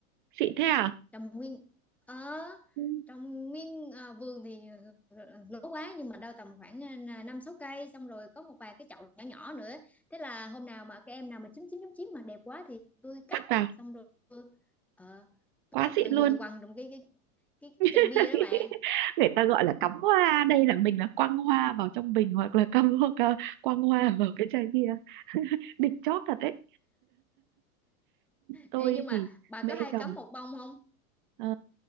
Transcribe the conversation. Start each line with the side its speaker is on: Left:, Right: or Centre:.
Right: xịn thế à
Centre: trồng nguyên ở
Right: Ừ,
Centre: trong nguyên à, vườn thì lỗ quá nhưng mà đâu tầm khoảng à, năm sáu cây xong rồi có một vài cái chậu nhỏ nhỏ nữa thế là hôm nào mà các em nào mà chín chín chín chín mà đẹp quá thì tôi cắt
Right: cắt vào
Centre: xong rồi ờ,
Right: quá
Centre: cắt
Right: xịn
Centre: tôi
Right: luôn
Centre: vừa tôi quăng trong cái cái cái cái chai
Right: <laughs>
Centre: bia đó bà
Right: người ta gọi là cắm hoa đây là mình là quăng hoa vào trong bình hoặc là cắm hoặc là quăng hoa vào cái chai bia <laughs> đỉnh chóp thật đấy tôi
Centre: Ê, nhưng mà
Right: thì
Centre: bà
Right: mê
Centre: có hay
Right: trồng
Centre: cắm một bông không
Right: Ờ,